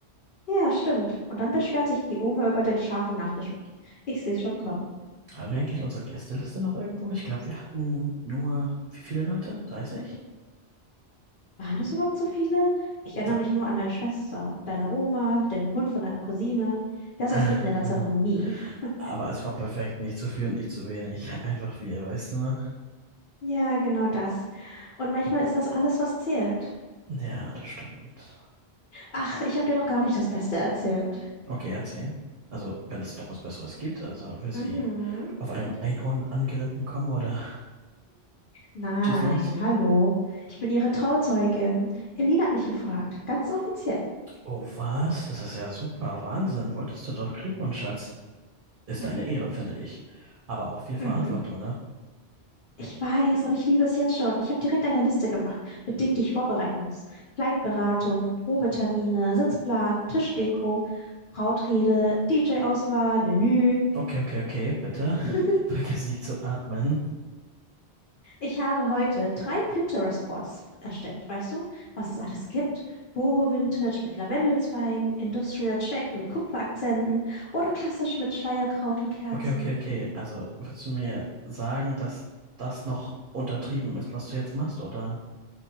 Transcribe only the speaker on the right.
Haben wir eigentlich unsere Gästeliste noch irgendwo? Ich glaube, wir hatten nur, wie viele Leute? 30?
Ver-
<laughs>
Aber es war perfekt. Nicht zu viel und nicht zu wenig. <laughs> Einfach wir, weißt du noch?
Ja, das stimmt.
Okay, erzähl. Also, wenn es doch was Besseres gibt, also wenn sie
auf einem Einhorn angeritten kommen oder <laughs>
schieß los.
Oh, was? Das ist ja super. Wahnsinn. Wolltest du doch. Glückwunsch, Schatz. Ist
eine Ehre, finde ich. Aber auch viel Verantwortung,
ne?
Okay, okay, okay, bitte.
<laughs> Vergiss nicht zu atmen.
Okay, okay, okay. Also würdest du mir sagen, dass das noch untertrieben ist, was du jetzt machst? Oder